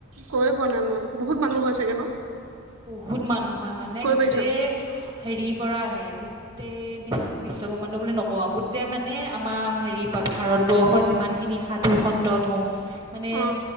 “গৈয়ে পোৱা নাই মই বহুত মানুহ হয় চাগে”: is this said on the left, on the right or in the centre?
Right